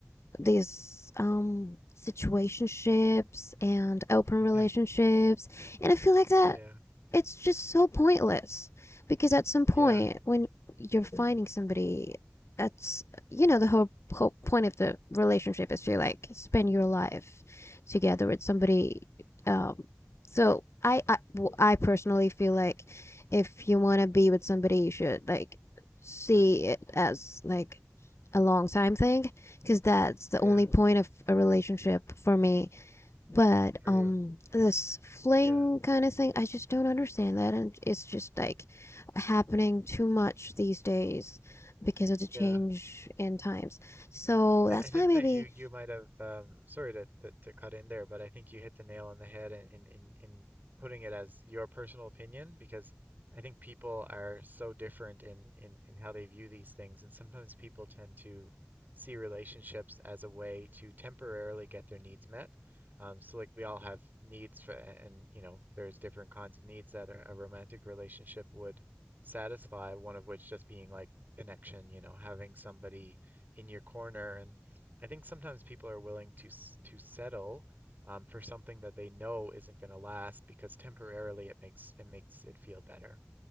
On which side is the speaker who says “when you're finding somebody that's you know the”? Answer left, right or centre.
Left